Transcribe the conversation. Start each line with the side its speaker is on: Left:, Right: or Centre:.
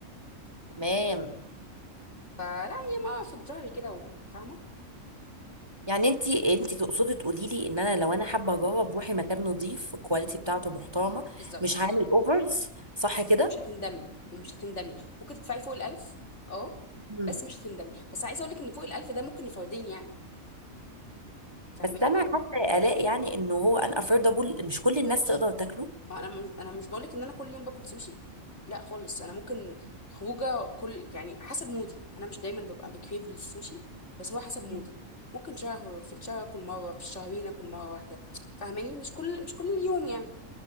Right: تمام
Left: فلا هي ما في الشهر كده وفاهمه
Right: يعني انت انت تقصدي تقولي لي ان انا لو انا حابة اجرب روحي مكان نظيف الكواليتي بتاعته محترمة
Left: بالظبط
Right: مش هعمل اوفرز صح كده
Left: مش هتندمي ومش هتندمي ممكن تدفعي فوق الألف اه
Right: مم.
Left: بس مش هتندمي بس عايزه اقول لك ان فوق الألف ده ممكن لفردين يعني فاهماني
Right: بس انا حاسة يا الاء يعني انه هو ان افوردبل مش كل الناس تقدر تاكله
Left: ما انا مش انا مش بقولك ان انا كل يوم باكل سوشي لا خالص انا ممكن خروجه كل يعني حسب مودي انا مش دايما ببقى بكريف للسوشي بس هو حسب مودي
Right: مم.
Left: ممكن شهر في الشهر اكل مره في الشهرين اكل مره واحده فاهماني مش كل مش كل يوم يعني